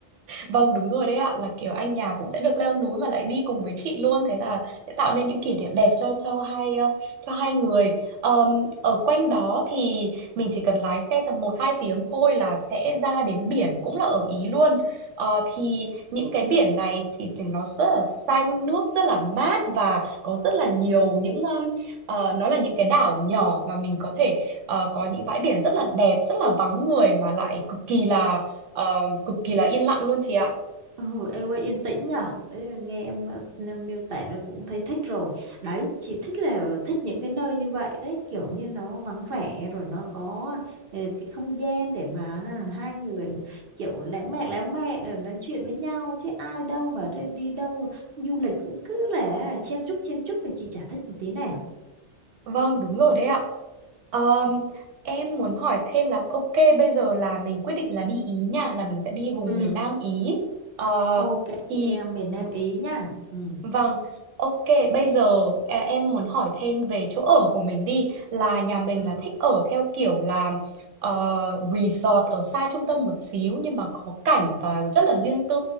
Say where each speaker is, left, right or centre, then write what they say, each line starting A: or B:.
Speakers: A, on the right; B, on the right.
A: Vâng đúng rồi đấy ạ, là kiểu anh nhà cũng sẽ được leo núi mà lại đi cùng với chị luôn, thế là sẽ tạo nên những kỷ niệm đẹp cho cho hai ờ, cho hai người. Ờm, ở quanh đó thì mình chỉ cần lái xe tầm một 2 tiếng thôi là sẽ ra đến biển cũng là ở Ý luôn. Ờ, thì những cái biển này thì, thì nó rất là xanh, nước rất là mát và có rất là nhiều những ờm, ờ, nó là những cái đảo nhỏ mà mình có thể ờ, có những bãi biển rất là đẹp, rất là vắng người mà lại cực kỳ là Ờ, cực kỳ là yên lặng luôn chị ạ.
B: Ừ, em ơi yên tĩnh nhở Đấy, nghe em, ờ, em miêu tả rồi cũng thấy thích rồi đấy chỉ thích là thích những cái nơi như vậy đấy kiểu như nó vắng vẻ rồi nó có ờ, cái không gian để mà hai người mà kiểu lãng mạn lãng mạn rồi nói chuyện với nhau chứ ai đâu mà đi đi đâu du lịch cũng cứ là chen chúc chen chúc thì chị chả thích một tí nào
A: Vâng, đúng rồi đấy ạ. Ờm, em muốn hỏi thêm là ok bây giờ là mình quyết định là đi Ý nha, là mình sẽ đi vùng
B: ừ
A: miền Nam Ý. Ờ,
B: ok
A: thì
B: em miền Nam Ý nhá ừ
A: Vâng, ok, bây giờ à, em muốn hỏi thêm về chỗ ở của mình đi là nhà mình
B: ừ
A: là thích ở theo kiểu là ờ, resort ở xa trung tâm một xíu nhưng mà có cảnh và rất là riêng tư